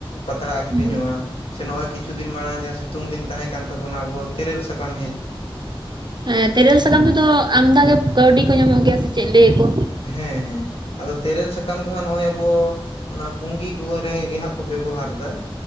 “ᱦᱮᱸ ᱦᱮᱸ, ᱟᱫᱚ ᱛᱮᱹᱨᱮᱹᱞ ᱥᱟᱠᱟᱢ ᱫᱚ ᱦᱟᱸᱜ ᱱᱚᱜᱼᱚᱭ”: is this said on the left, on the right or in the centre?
Left